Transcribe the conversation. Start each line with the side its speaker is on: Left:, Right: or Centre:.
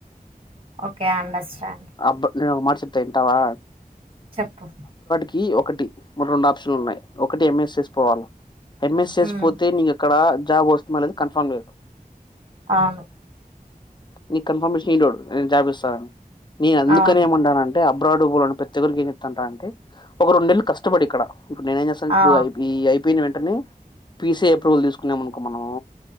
Right: ఓకే అచ్చ సరే
Left: అబ్ నేను మాసితా ఇంటావా
Right: చెప్పు
Left: క ఒకటి మ రెండు ఆప్షన్లు ఉన్నాయి ఒకటి ఎంఎస్ చేసుకోవాలా ఎంఎస్ఎస్
Right: హ్మ్.
Left: పోతే న అక్కడ. జాబ్ వోస్ట్ మ కన్ఫర్మ్ లేదు.
Right: అవును
Left: నీకు కన్ఫర్మేషన్ ఇడు నేను జాపిస్తాని. నేను అందుకనే
Right: అవును.
Left: ఏమన్నాన అంటే అబ్బా. బ్రాడ్ బాల్డ్ చివరికి ఏం చెప్పాడంటే ఒక రెండేళ్ళు కష్టపడి ఇక్కడ. ఇప్పుడు నేనేం చేస్తానంటే
Right: ఆ!
Left: ఇప్పుడు ఈ ఐ పి ఐ. అయిపోయిన వెంటనే పిసఐ అప్రూవల్ తీసుకునేమనుకో మనము.